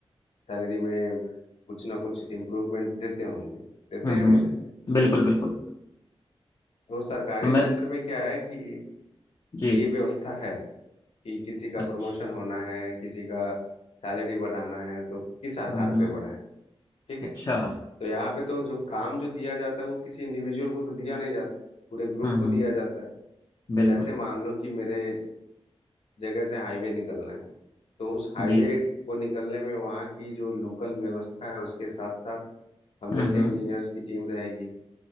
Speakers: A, on the left; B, on the left.
A: सैलरी में कुछ ना कुछ इम्प्रूवमेंट देते होंगे देते
B: हम्म
A: हैं या नहीं
B: हम्म।
A: देते
B: बिल्कुल बिल्कुल
A: तो सरकारी
B: तो मैं
A: तंत्र में क्या है कि
B: जी
A: ये व्यवस्था है कि किसी का
B: अच्छा
A: प्रमोशन होना है किसी का सैलरी बढ़ाना है तो किस आधार
B: हम्म हम्म,
A: पे बढ़ाएं ठीक
B: अच्छा
A: है तो यहाँ पे तो जो काम जो दिया जाता है वो किसी इंडिविजुअल को तो दिया नहीं जाता पूरे ग्रुप
B: हम्म
A: को
B: हम्म
A: दिया जाता है
B: बिल्कुल
A: जैसे मान लो कि मेरे जगह से हाईवे निकलना है तो उस हाईवे
B: जी
A: को निकलने में वहाँ की जो लोकल व्यवस्था है उसके साथ साथ हम
B: हम्म
A: जैसे
B: हम्म
A: इंजीनियर्स की टीम रहेगी